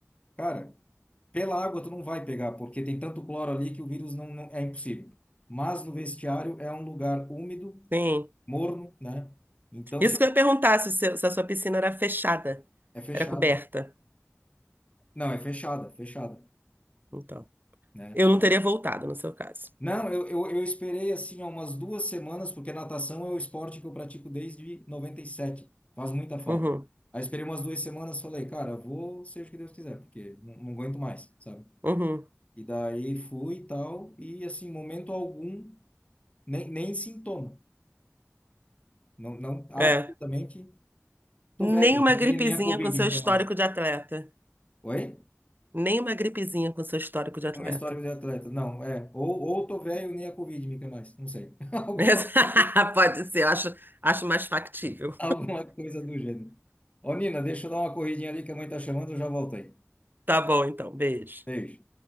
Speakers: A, on the left; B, on the right.
A: cara, pela água tu não vai pegar, porque tem tanto cloro ali que o vírus não, não é impossível. Mas no vestiário é um lugar úmido,
B: Sim.
A: morno, né? Então
B: Isso
A: se eu-
B: que eu ia perguntar se, o seu- se a sua piscina era fechada,
A: é fechado.
B: era coberta.
A: Não, é fechada, fechada.
B: Então,
A: né?
B: eu não teria voltado no seu caso.
A: Não, eu, eu, eu esperei assim ó, umas duas semanas, porque natação é o esporte que eu pratico desde 97. Faz muita falta.
B: Uhum,
A: Aí esperei umas duas semanas, falei, cara, vou seja o que Deus quiser, porque não, não aguento mais, sabe?
B: uhum,
A: E daí fui e tal, e assim, momento algum, nem, nem sintoma. Não, não, absolutamente.
B: é. Nem
A: Tô velho,
B: uma
A: nem,
B: gripezinha
A: nem nem a Covid
B: com seu
A: me
B: histórico
A: quer mais.
B: de atleta.
A: Oi?
B: Nem uma gripezinha com seu histórico de atleta.
A: O meu histórico de atleta. Não, é. Ou, ou tô velho, nem a Covid me quer mais. Não sei. <laughs> Alguma
B: <laughs>
A: coisa.
B: Pode ser, eu acho, acho mais factível.
A: Alguma coisa do gênero. Ô, Nina, deixa eu dar uma corridinha ali que a mãe tá chamando, eu já voltei.
B: Tá bom, então, beijo.
A: Beijo.